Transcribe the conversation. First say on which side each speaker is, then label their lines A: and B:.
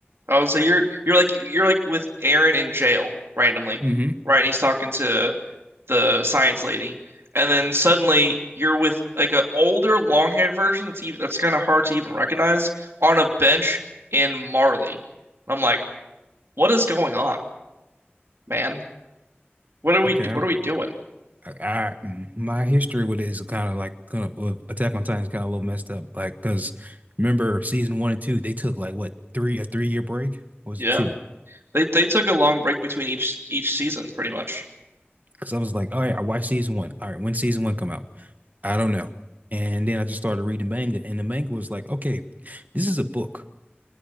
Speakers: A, on the right; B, on the right.
A: I would say you're you're like you're like with Aaron in jail randomly,
B: Mm-hmm.
A: right? And he's talking to the science lady, and then suddenly you're with like an older, long-haired version that's even that's kind of hard to even recognize on a bench in Marley. I'm like, what is going on, man? What are we
B: Okay, I,
A: what are we doing?
B: I, I my history with it is kind of like kind of with Attack on Titan is kind of a little messed up. Like, cause remember season one and two, they took like what three a three year break Or was
A: Yeah,
B: it two?
A: they they took a long break between each each season, pretty much.
B: Cause I was like, all right, I watched season one. All right, when season one come out, I don't know. And then I just started reading manga, and the manga was like, okay, this is a book.